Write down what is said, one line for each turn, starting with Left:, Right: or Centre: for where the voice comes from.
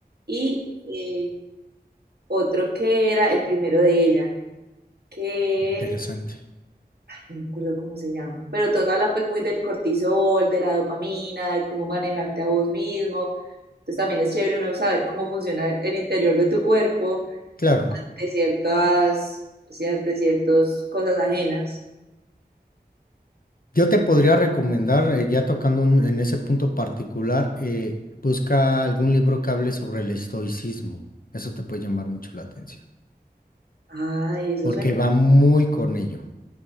Right: Y eh, otro que era el primero de ella, que
Left: interesante.
Right: es no me acuerdo cómo se llama, pero todos hablan pues muy del cortisol, de la dopamina, de cómo manejarte a vos mismo. Entonces también es chévere uno saber cómo funciona el interior de tu cuerpo,
Left: Claro.
Right: de ciertas, pues, ya, de ciertas cosas ajenas.
Left: Yo te podría recomendar, eh, ya tocando un- en ese punto particular, eh, busca algún libro que hable sobre el estoicismo. Eso te puede llamar mucho la atención,
Right: Ay, eso
Left: porque
Right: suena,
Left: va muy con ello.